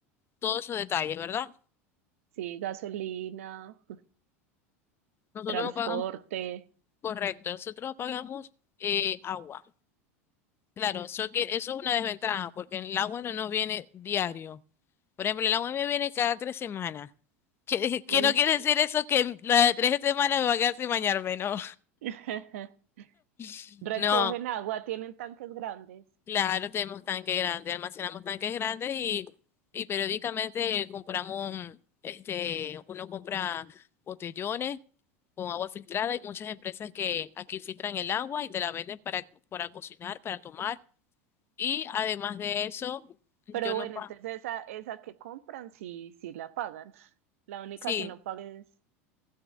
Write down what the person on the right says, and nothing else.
sí, gasolina,
transporte.
Uy.
<laughs>
Recogen
agua, tienen tanques grandes.
Pero
bueno,
entonces esa, esa que compran sí, sí la pagan. La única
que no paga es